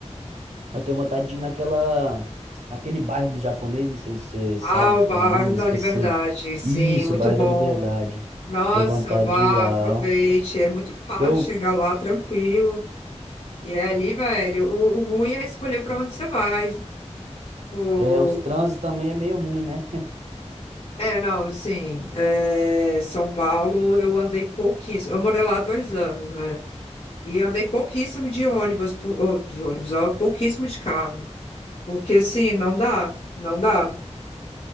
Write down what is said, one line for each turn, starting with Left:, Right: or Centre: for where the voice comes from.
Right: Eu tenho vontade de ir naquela, naquele bairro dos japoneses, não sei se você sabe
Left: Ah, o bairro
Right: qual é o nome,
Left: da
Right: esqueci.
Left: Liberdade, sim,
Right: Isso,
Left: muito
Right: bairro
Left: bom.
Right: da Liberdade.
Left: Nossa,
Right: Tenho vontade
Left: vá,
Right: de ir lá,
Left: aproveite.
Right: ó.
Left: É muito fácil
Right: Porque eu,
Left: chegar lá tranquilo. E é ali, velho. O, o ruim é escolher para onde você vai. O...
Right: é, os trânsitos também é meio ruim, né?
Left: É, não, sim. É, São Paulo, eu andei pouquíssimo. Eu morei lá dois anos, né? E andei pouquíssimo de ônibus, por- ou, de ônibus, ó, pouquíssimo de carro. Porque, assim, não dá, não dá.